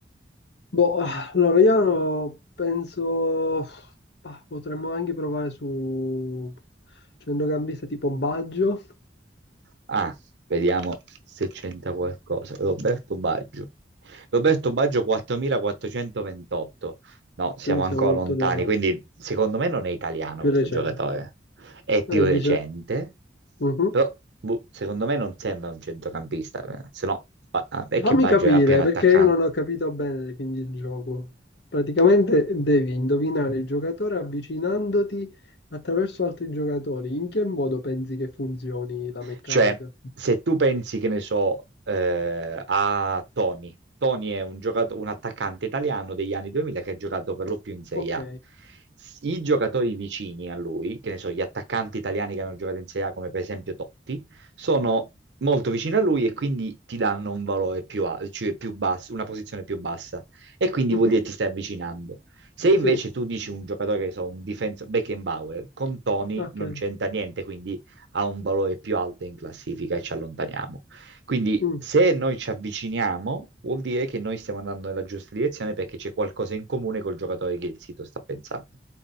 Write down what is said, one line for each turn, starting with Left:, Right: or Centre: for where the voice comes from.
Left: Boh, allora io penso... bah, potremmo anche provare su centrocampista tipo Baggio,
Right: Ah, vediamo se c'entra qualcosa. Roberto Baggio. Roberto Baggio 4428. No, siamo
Left: quindi
Right: ancora
Left: siamo molto
Right: lontani,
Left: lontani,
Right: quindi secondo me non è italiano
Left: più
Right: questo
Left: recente.
Right: giocatore. È più
Left: Eh,
Right: recente,
Left: dice... Mhm.
Right: però boh, secondo me non sembra un centrocampista, eh. se no ba- ah, è
Left: Fammi
Right: che Baggio
Left: capire,
Right: era appena
Left: perché
Right: attaccante.
Left: io non ho capito bene quindi il gioco. Praticamente devi indovinare il giocatore avvicinandoti attraverso altri giocatori. In che modo pensi che funzioni la meccanica?
Right: Cioè, se tu pensi, che ne so, eh, a Tony, Tony è un, giocato- un attaccante italiano degli anni 2000 che ha giocato per lo più in Serie
Left: Ok.
Right: A. S- I giocatori vicini a lui, che ne so, gli attaccanti italiani che hanno giocato in Serie A, come per esempio Totti, sono molto vicini a lui e quindi ti danno un valore più, al- cioè più basso, una posizione più bassa. E quindi
Left: Mhm.
Right: vuol dire che ti stai avvicinando. Se invece
Left: Sì,
Right: tu dici un giocatore che so, un difensore, Beckenbauer, con Tony
Left: ok.
Right: non c'entra niente, quindi ha un valore più alto in classifica e ci allontaniamo. Quindi
Left: Mm.
Right: se noi ci avviciniamo, vuol dire che noi stiamo andando nella giusta direzione perché c'è qualcosa in comune col giocatore che il sito sta pensando.